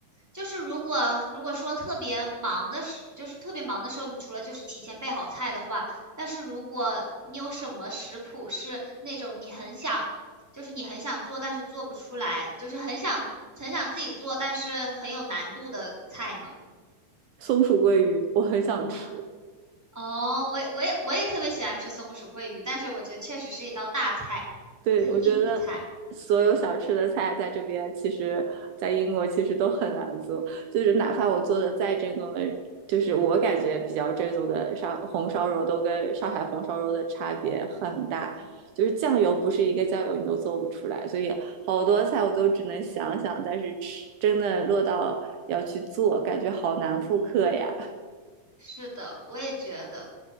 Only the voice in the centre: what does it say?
就是如果如果说特别忙的时，就是特别忙的时候，你除了就是提前备好菜的话，但是如果你有什么食谱是那种你很想，就是你很想做但是做不出来，就是很想很想自己做但是很有难度的菜呢？
<laughs> 啊，哦，我也我也我也特别喜欢吃松鼠桂鱼，但是我觉得确实是一道大菜，
很硬的菜。
嗯
嗯。是的，我也觉得。